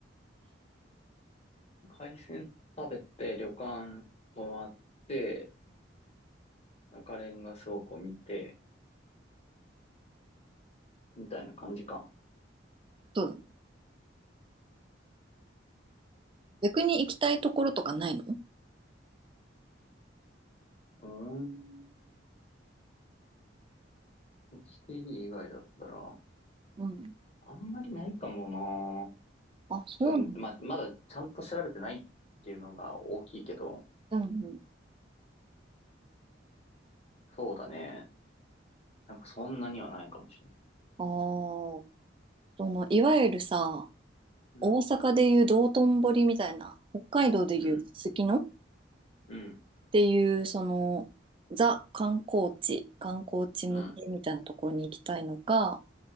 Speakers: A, on the left; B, on the right.
A: 海鮮食べて、旅館泊まって、赤レンガ倉庫見て、みたいな感じか。
B: う。そうだね逆に行きたいところとかないの
A: うーん。HTB 以外だったら、
B: うん。
A: あんまりないかもな。
B: あ、そうなんだ。
A: そう、ま、まだちゃんと調べてないっていうのが大きいけど、
B: うんうん。
A: そうだね。なんかそんなにはないかもしれない。
B: ああ、その、いわゆるさ、
A: うん、
B: 大阪でいう道頓堀みたいな、北海道でいうすすきのっ
A: うん、うん、
B: ていう、その、ザ観光地、観光地向けみたいなところに行きたいのか、
A: うん、